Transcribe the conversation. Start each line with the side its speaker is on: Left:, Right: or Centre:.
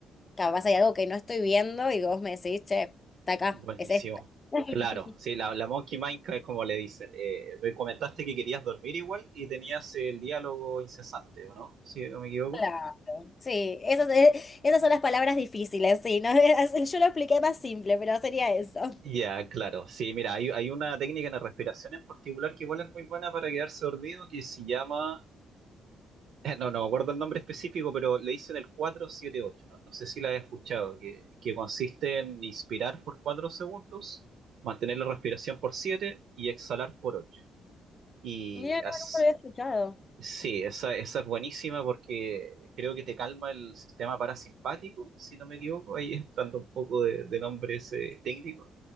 Left: Capaz hay algo que no estoy viendo y vos me decís, che, está acá,
Right: buenísimo.
Left: es esta. <laughs>
Right: Claro, sí, la, la Monkey Mind, que es como le dicen. Eh, me comentaste que querías dormir igual y tenías el diálogo incesante, ¿o no? Si no me equivoco.
Left: Claro. Sí, esas, eh, esas son las palabras difíciles, sí, ¿no? <laughs> Yo lo expliqué más simple, pero sería eso.
Right: Ya, claro. Sí, mira, hay, hay una técnica en la respiración en particular que igual es muy buena para quedarse dormido que se llama, <laughs> no, no me acuerdo el nombre específico, pero le dicen el 478. No, no sé si la has escuchado, que, que consiste en inspirar por 4 segundos, mantener la respiración por 7 y exhalar por 8. Y
Left: Mira, no,
Right: as-
Left: nunca lo había escuchado.
Right: sí, esa, esa es buenísima porque creo que te calma el sistema parasimpático, si no me equivoco, ahí estando un poco de, de nombre ese técnico